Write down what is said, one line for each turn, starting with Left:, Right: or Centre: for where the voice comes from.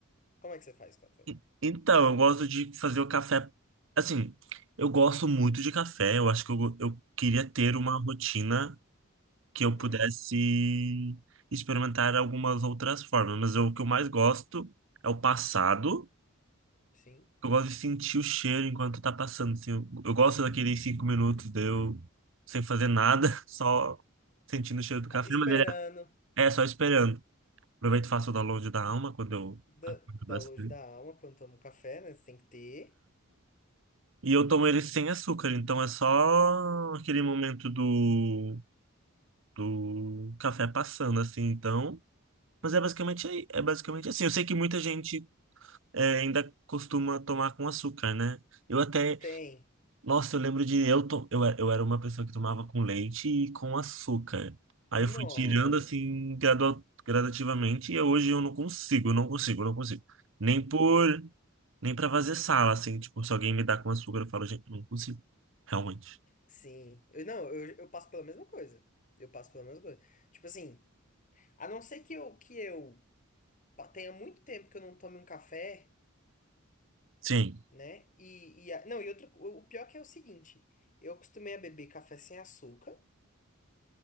Left: Como é que você faz café?
Right: E- Então, eu gosto de fazer o café. Assim, eu gosto muito de café. Eu acho que eu, go- eu queria ter uma rotina que eu
Left: Uhum.
Right: pudesse experimentar algumas outras formas. Mas eu- o que eu mais gosto é o passado.
Left: Sim.
Right: Eu gosto de sentir o cheiro enquanto tá passando. assim, eu, eu gosto daqueles cinco minutos de eu sem fazer nada, <laughs> só sentindo o cheiro do café.
Left: Ah, esperando
Right: Mas ele é, é só esperando. Aproveito e faço o download da alma quando eu
Left: da,
Right: acordo
Left: download
Right: bastante.
Left: da alma quando toma um café, né? Você tem que ter.
Right: E eu tomo ele sem açúcar, então é só aquele momento do, do café passando, assim, então. Mas é basicamente, aí- é basicamente assim. Eu sei que muita gente é, ainda costuma tomar com açúcar, né? Eu até.
Left: Tem.
Right: Nossa, eu lembro de. Eu, to, eu, era- eu era uma pessoa que tomava com leite e com açúcar. Aí
Left: Nossa.
Right: eu fui tirando, assim, gradua- gradativamente, e hoje eu não consigo, não consigo, não consigo. Nem por. Nem pra fazer sala, assim, tipo, se alguém me dá com açúcar, eu falo, gente, não consigo, realmente.
Left: Sim. Eu, não, eu, eu passo pela mesma coisa. Eu passo pela mesma coisa. Tipo assim, a não ser que eu, que eu pa- tenha muito tempo que eu não tome um café.
Right: Sim,
Left: né? E, e a- não, e outro, o pior que é o seguinte, eu acostumei a beber café sem açúcar